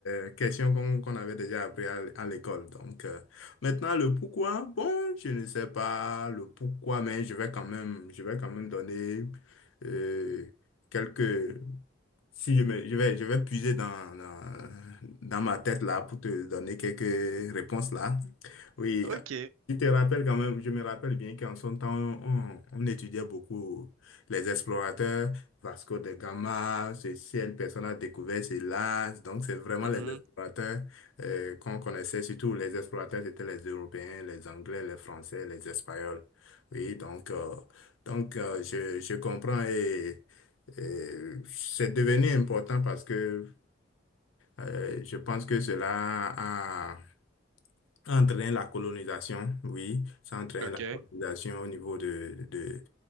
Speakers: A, on the left; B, on the right.
A: les questions qu'on qu'on avait déjà appris à, l- à l'école. Donc, euh, maintenant, le pourquoi, bon, je ne sais pas le pourquoi, mais je vais quand même, je vais quand même donner euh, quelques. Si je me, je vais, je vais puiser dans, dans, dans ma tête là pour te donner quelques réponses là. Oui,
B: Ok.
A: je te rappelle quand même, je me rappelle bien qu'en son temps, on, on étudiait beaucoup les explorateurs, Vasco de Gama, ce ciel, personne a découvert cela. Donc, c'est vraiment
B: Mhm.
A: les explorateurs euh, qu'on connaissait, surtout les explorateurs, c'était les Européens, les Anglais, les Français, les Espagnols. Oui, donc, euh, donc euh, je, je comprends et. Euh, c'est devenu important parce que euh, je pense que cela a Entraîne la colonisation, oui, ça entraîne
B: Ok.
A: la Mhm. colonisation au niveau de, de,